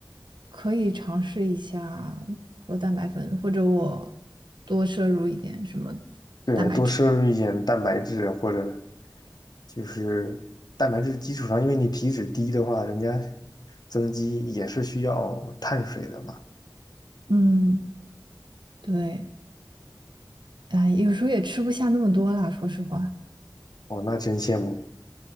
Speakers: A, on the right (about 85°); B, on the left (about 60°).
A: 可以尝试一下喝蛋白粉，或者我多摄入一点什么
B: 对，
A: 蛋白质。
B: 多摄入一点蛋白质或者就是蛋白质基础上，因为你体脂低的话，人家增肌也是需要碳水的嘛。
A: 嗯，对，哎，有时候也吃不下那么多啦，说实话。
B: 哦，那真羡慕，